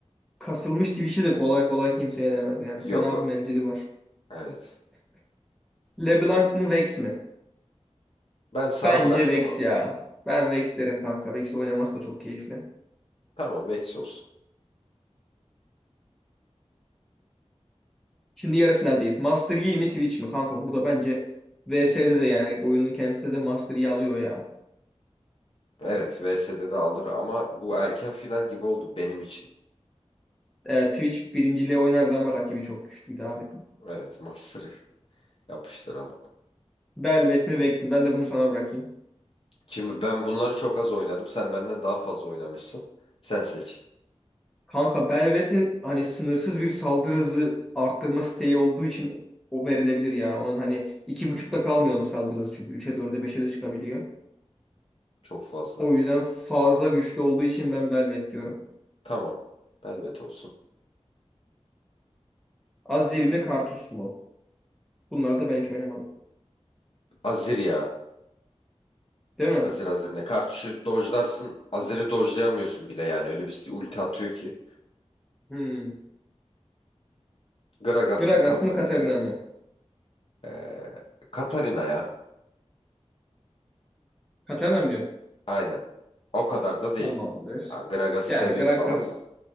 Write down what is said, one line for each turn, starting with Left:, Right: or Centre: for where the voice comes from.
Centre: kasılmış Twitch'i de kolay kolay kimse yenemez yani.
Left: Yok.
Centre: Fena
Left: o-
Centre: bir menzili var.
Left: Evet.
Centre: LeBlanc mı Vex mi?
Left: Ben sana
Centre: Bence
Left: bıraktım
Centre: Vex
Left: onu.
Centre: ya. Ben Vex derim kanka. Vex oynaması da çok keyifli.
Left: Tamam Vex olsun.
Centre: Şimdi yarı finaldeyiz. Master Yi mi Twitch mi? Kanka burada bence VS'de de yani oyunun kendisinde de Master Yi alıyor ya.
Left: Evet VS'de de alır ama bu erken final gibi oldu benim için.
Centre: Evet, Twitch birinciliğe oynardı ama rakibi çok güçlüydü abi.
Left: Evet Master'ı yapıştıralım.
Centre: Belvet mi Vex mi? Ben de bunu sana bırakayım.
Left: Şimdi ben bunları çok az oynadım. Sen benden daha fazla oynamışsın. Sen seç.
Centre: Kanka Belvet'in hani sınırsız bir saldırı hızı arttırma siteyi olduğu için o verilebilir ya. Onun hani iki buçukta kalmıyor onun saldırı hızı çünkü. Üçe dörde beşe de çıkabiliyor.
Left: Çok fazla.
Centre: O yüzden fazla güçlü olduğu için ben Belvet diyorum.
Left: Tamam. Velvet olsun.
Centre: Azir mi Karthus mu? Bunları da ben hiç oynamadım.
Left: Azir ya.
Centre: Değil mi?
Left: Azir Azir ne? Kartuşu dojlarsın. Azir'i dojlayamıyorsun bile yani. Öyle bir ulti atıyor ki.
Centre: Hmm.
Left: Gragas
Centre: Gragas
Left: mı Katarina
Centre: mı Katarina
Left: mı?
Centre: mı?
Left: Ee, Katarina ya.
Centre: Katarina mı diyorsun?
Left: Aynen. O kadar da değil.
Centre: Tamamdır.
Left: Abi Gragas'ı
Centre: Yani
Left: seviyoruz
Centre: Gragas
Left: falan da.